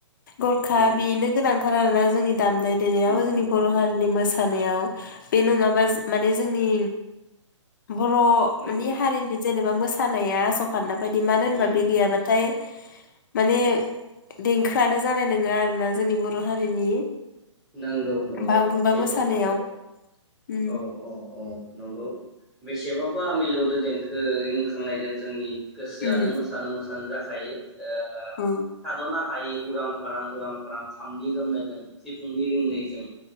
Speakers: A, on the left (about 40°); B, in the centre.
A: गरखा
B: उम उम
A: बेनो गोनांथार आरोना <unintelligible> दामनाय देनायाबो
B: उम
A: जोंनि
B: उम
A: बर' हारिनि मोसा नायाव बे नङाबा
B: उम
A: माने
B: उम
A: जोंनि बर'
B: नंगौ
A: मानि हारिनि जेने ओ मोसानाया आस खानदा बायदि मानो होनबा
B: उम
A: बे गैयाबाथाय माने देंखोआनो जानाय नोङा आरो ना जोंनि बर' हारिनि
B: नोंगौ नोंगौ
A: बागुरुमबा
B: सैथो
A: मोसानायाव
B: सैथो।
A: उम
B: औ औ औ नंगौ बेसेबांबा मिलौदो देंखो रिंखांनायजों जोंनि गोसोआनो
A: उम
B: मोसानो मोसानो जा खायो। ओ
A: औ
B: थाद'नो हायै उरां फारां उरां फारां खामनि गोमनायजों सि फुंनि रिंनायजों